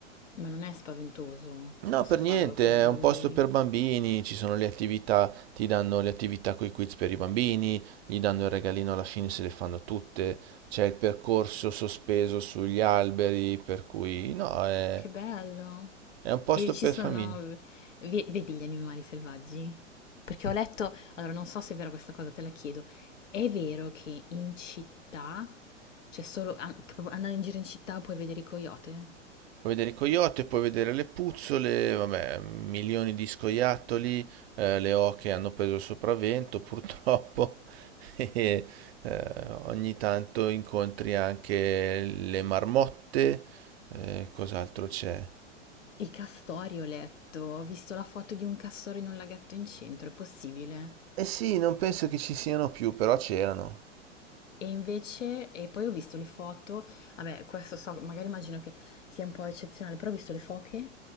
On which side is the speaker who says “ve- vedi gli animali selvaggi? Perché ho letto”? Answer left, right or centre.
Left